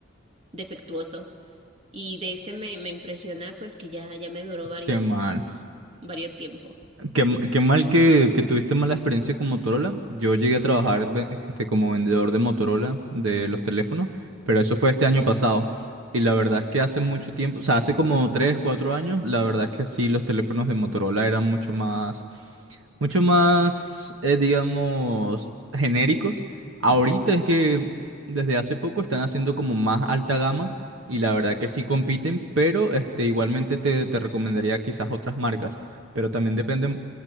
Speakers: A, on the right (about 35°); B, on the right (about 80°).
A: defectuoso. Y de este me, me impresiona pues que ya, ya me duró varios,
B: Qué mal.
A: varios tiempo.
B: Qué, m- qué mal que, que tuviste mala experiencia con Motorola. Yo llegué a trabajar ve- este, como vendedor de Motorola de los teléfonos, pero eso fue este año pasado. Y la verdad es que hace mucho tiempo, o sea, hace como 3, 4 años, la verdad es que sí, los teléfonos de Motorola eran mucho más mucho más, eh, digamos, genéricos. Ahorita
A: <laughs>
B: es que desde hace poco están haciendo como más alta gama y la verdad que sí compiten, pero este, igualmente te, te recomendaría quizás otras marcas, pero también depende